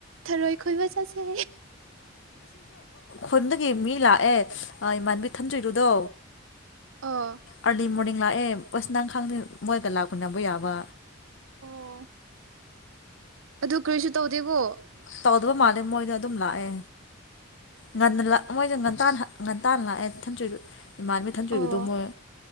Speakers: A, on the right; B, on the left.
A: ꯊꯔꯣꯏ ꯈꯣꯏꯕ ꯆꯠꯁꯦ
B: ꯐꯟꯗꯒꯤ ꯃꯤ ꯂꯥꯛꯑꯦ ꯏꯃꯥꯟꯕꯤ ꯊꯝꯗ꯭ꯔꯤꯗꯨꯗꯣ
A: ꯑꯥ
B: ꯑ ꯃꯣꯔ ꯂꯥꯛꯑꯦ ꯑꯁ ꯅꯪꯈꯥꯡꯗ ꯃꯣꯏꯗ ꯂꯥꯛꯄ ꯅꯅꯕ ꯌꯥꯕ
A: ꯑꯣ ꯑꯗꯨ ꯀꯔꯤꯁꯨ ꯇꯧꯗꯦꯕꯣ
B: ꯇꯧꯗꯕ ꯃꯥꯜꯂꯦ ꯃꯣꯏꯗꯣ ꯑꯗꯨꯝ ꯂꯥꯛꯑꯦ ꯉꯟ ꯃꯣꯏꯗꯣ ꯉꯟꯇꯥꯅ ꯉꯟꯇꯥꯅ ꯂꯥꯛꯑꯦ ꯏꯃꯥꯟꯕꯤ ꯊꯟꯖꯨꯔꯨꯗ
A: ꯑꯣ
B: ꯃꯣꯏ